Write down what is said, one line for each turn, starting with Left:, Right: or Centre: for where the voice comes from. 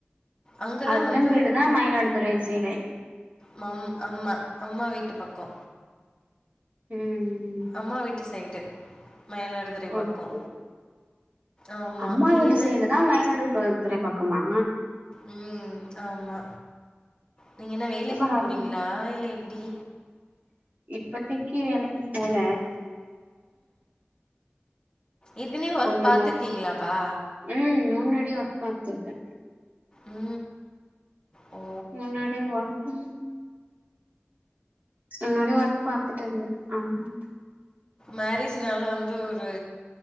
Left: அங்கெல்லா
Right: ஹஸ்பண்ட்
Left: வந்து
Right: வீடுதா மயிலாடுதுறை சைடு
Left: மம் அம்மா அம்மா வீட்டு பக்கோ
Right: உ
Left: அம்மா வீட்டு சைடு மயிலாடுதுறை பக்கோ
Right: ஓகே
Left: ஆமா
Right: அம்மா
Left: நீங்க
Right: வீட்டு
Left: என்ன
Right: சைடு தா மயிலாடு போ திரை பக்கமா
Left: உ ஆமா நீங்க என்ன வேலைக்கு
Right: அப்ப ஹஸ்
Left: போறீங்ளா இல்ல எப்டி
Right: இப்பத்திக்கி வேலைக்கு போல
Left: இருக்குனே ஒர்க்
Right: கொஞ்ச
Left: பாத்துருக்கீங்களாப்பா
Right: நாள் ம் முன்னாடி ஒர்க் பாத்திருக்கே
Left: உ உ <unintelligible>
Right: முன்னாடியே ஒர்க்கு உன்னோட ஒர்க் பாத்துட்டங்க ஆ <unintelligible>
Left: மேரேஜ்ஜனால வந்து ஒரு